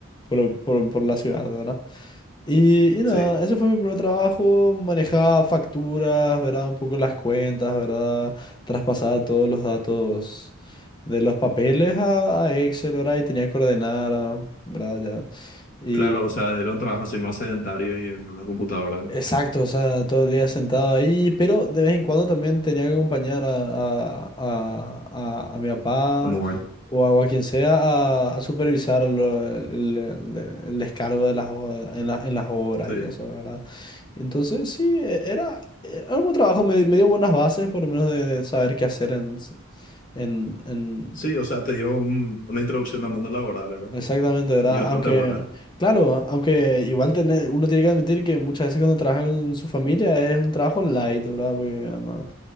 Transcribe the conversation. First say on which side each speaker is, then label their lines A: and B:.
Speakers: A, on the left (about 20°); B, on the left (about 40°).
A: por, por- por la ciudad, ¿verdad? Y, y nada,
B: sí.
A: ese fue mi primer trabajo, manejaba facturas, ¿verdad? Un poco las cuentas, ¿verdad? Traspasaba todos los datos de los papeles a, a Excel, ¿verdad? Y tenía que ordenar, ah, ¿verdad? Ya. Y
B: Claro, o sea, era un trabajo así más sedentario y en una computadora,
A: exacto, o sea, todo el día sentado ahí, pero de vez en cuando también tenía que acompañar a, a, a, a- a mi papá
B: a mover.
A: o a, o a quien sea a, a supervisar lo- el, el- el descargo de las, o- en la- en las obras
B: Sí.
A: y eso, ¿verdad? Entonces, sí, e- era, e, era un buen trabajo, me, me dio buenas bases, por lo menos de, de saber qué hacer en, s- en, en-
B: Sí, o sea, te dio un- una introducción al mundo laboral, ¿verdad?
A: Exactamente, ¿verdad?
B: Y bastante
A: Aunque,
B: buena.
A: claro, aunque igual tener, uno tiene que admitir que muchas veces cuando trabaja con su familia es un trabajo light, ¿verdad? Porque no,